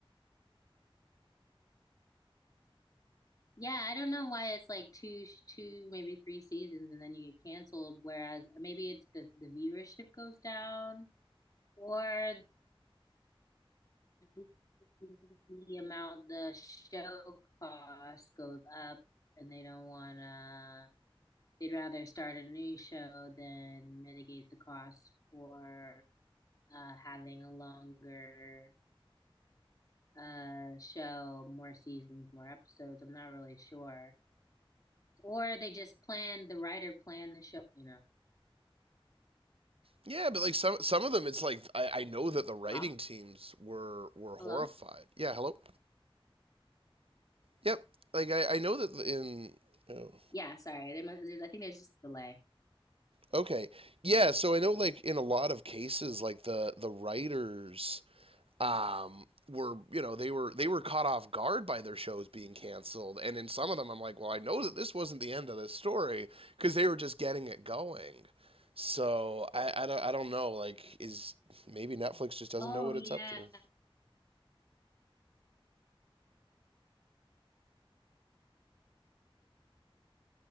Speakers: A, on the left; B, on the right.
A: Yeah, I don't know why it's like two, two, maybe three seasons and then you get canceled, whereas maybe it's the, the viewership goes down or the, the amount the show cost goes up and they don't want to, they'd rather start a new show than mitigate the cost for uh, having a longer uh, show, more seasons, more episodes. I'm not really sure. Or they just planned, the writer planned the show, you know.
B: Yeah, but like some some of them, it's like I, I know that the writing
A: Rob,
B: teams were were horrified.
A: hello?
B: Yeah, hello. Yep. Like I, I know that in oh
A: Yeah, sorry. There must, I think there's just a delay.
B: okay yeah. So I know like in a lot of cases, like the the writers um were you know they were they were caught off guard by their shows being canceled and in some of them i'm like well i know that this wasn't the end of this story because they were just getting it going so I, I, don't, I don't know like is maybe netflix just doesn't
A: Oh,
B: know what
A: yeah.
B: it's up to